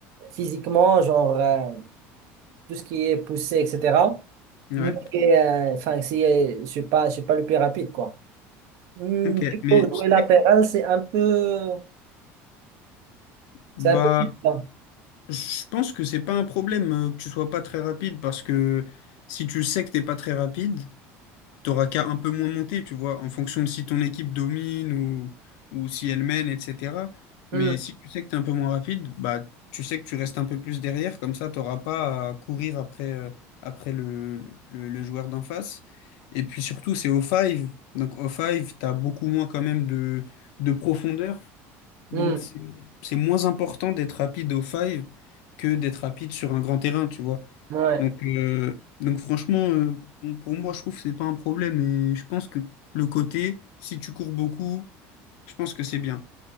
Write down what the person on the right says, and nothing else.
physiquement, genre euh, tout ce qui est poussé, etc.
Mais euh, enfin, si, euh, je suis pas, je suis pas le plus rapide, quoi. Hmm,
du
coup, jouer latéral, c'est un peu,
c'est un peu plus lent.
Hmm,
hmm,
ouais.